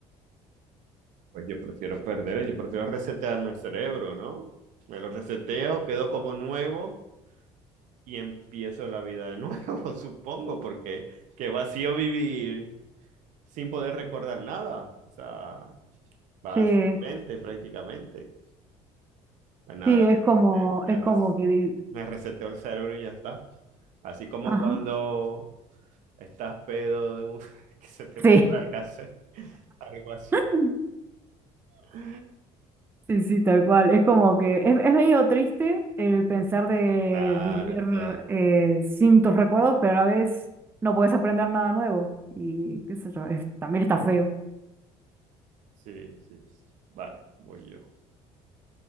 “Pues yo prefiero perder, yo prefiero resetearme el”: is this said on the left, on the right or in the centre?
Right